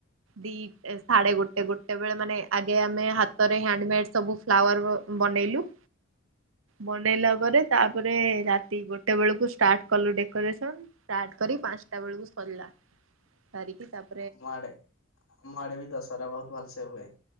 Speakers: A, on the right; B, on the left.
A: ଦି ସାଢଡେ ଗୋଟେ ଗୋଟେ ବେଳେ ମାନେ ଆଗେ ଆମେ ହାତରେ ହଣ୍ଡମେଡ ସବୁ ଫ୍ଲାୱାର ବନେଇଲୁ।
B: <inaudible>
A: ବନେଇଲା ପରେ ତାପରେ ରାତି ଗୋଟେ ବେଳକୁ ଷ୍ଟାର୍ଟ କଲୁ ଡେକୋରେସନ୍ ଷ୍ଟାର୍ଟ କରି ପାଞ୍ଚଟା ବେଳକୁ ସରିଲା ସାରିକି ତାପ
B: ଆ ମାଡେ ଆ ମାଡେ ବି ଦଶହରା ବହୁତ ଭଲସ ହୁଏ।